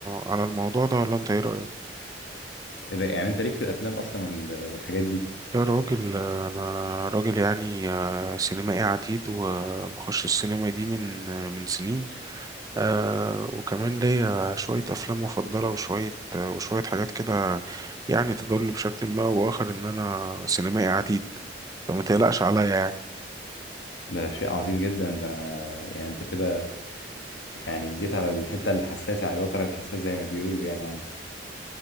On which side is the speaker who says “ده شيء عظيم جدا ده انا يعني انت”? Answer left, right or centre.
Left